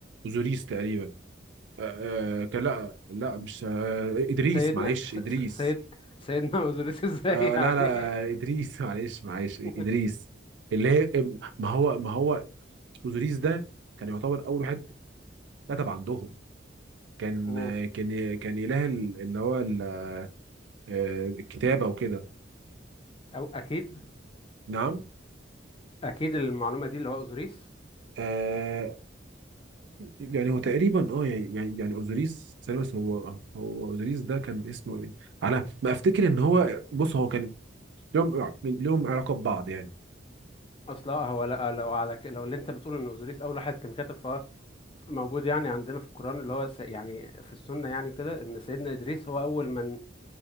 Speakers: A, on the right; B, on the left.
A: اوزوريس تقريبا آه، آه، كان لا لا مش آه، ادريس
B: سيدنا
A: معلش
B: س-
A: ادريس
B: س- سيد سيدنا <laughs> اوزوريس ازاي
A: آه لا
B: يعني
A: لا ادريس <laughs> معلش معلش ادريس
B: <laughs>
A: اللي هي ما هو ما هو اوزوريس ده كان يعتبر اول واحد كتب عندهم كان
B: أمم.
A: كان كان اله ال- اللي هو ال- آه، الكتابه وكده
B: أو أكيد
A: نعم
B: أكيد المعلومة دي اللي هو أوزوريس
A: آه يعني هو تقريبا اه يعني يعني يعني اوزوريس ثانية بس هو هو اوزوريس ده كان اسمه ايه على ما افتكر ان هو بص هو كان لهم يعني لهم علاقه ببعض يعني
B: اصل هو لا لو على ك... لو اللي انت بتقول ان اوزوريس اول واحد كان كاتب فهو موجود يعني عندنا في القران اللي هو س... يعني في السنه يعني كده ان سيدنا ادريس هو اول من